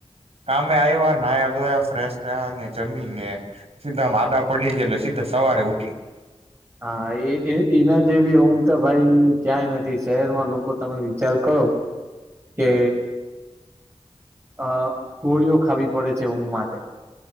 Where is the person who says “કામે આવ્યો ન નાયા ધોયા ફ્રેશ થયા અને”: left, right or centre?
Right